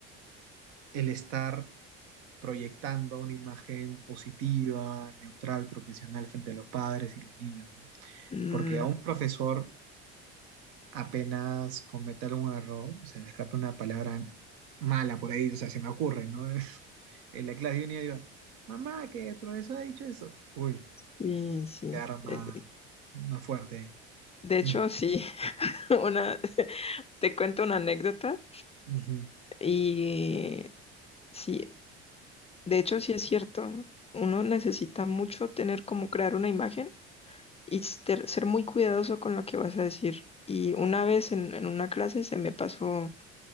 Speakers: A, on the right; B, on the left.
A: el estar proyectando una imagen positiva, neutral, profesional frente a los padres y los niños, ¿no?
B: mm,
A: Porque a un profesor apenas cometa algún error, o sea, le escapa una palabra mala por ahí, o sea, se me ocurre, ¿no? <laughs> En la clase de unidad digo, mamá, que el profesor ha dicho eso. Uy.
B: sí, sí.
A: te arma
B: Eh,
A: una fuerte.
B: De
A: Mm,
B: hecho, sí, <laughs> una, <laughs> te cuento una anécdota
A: ujú,
B: y sí, de hecho sí es cierto. Uno necesita mucho tener como crear una imagen y ser, ser muy cuidadoso con lo que vas a decir. Y una vez en, en una clase se me pasó,